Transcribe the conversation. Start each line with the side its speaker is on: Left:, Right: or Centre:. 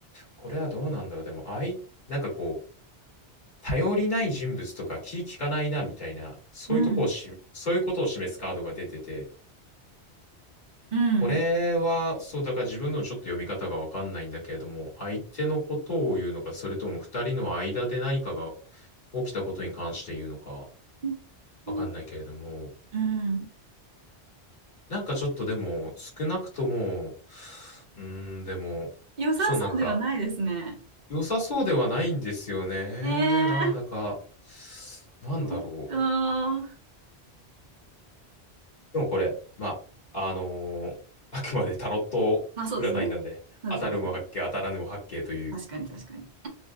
Left: これはどうなんだろう。でも、あい、なんかこう、頼りない人物とか気利かないなみたいな、そういうとこをし、
Right: うん。
Left: そういうことを示すカードが出てて、
Right: うん。
Left: これは、そう、だから自分でもちょっと読み方がわかんないんだけれども、相手のことを言うのか、それとも二人の間で何かが起きたことに関して言うのか、
Right: う
Left: わかんないけれども、
Right: ん。うん
Left: なんかちょっとでも、少なくとも、うーん、でも、
Right: 良さそうではないですね。
Left: そう、なんか、良さそうではないんですよね。
Right: ええ
Left: なんだか、なんだろう。
Right: そっか。
Left: でもこれ、まあ、あのーあくまでタロット占いなんで、
Right: まあそうですね。そうそう
Left: 当たるも八卦、当たらぬも八卦という、
Right: 確かに確かに。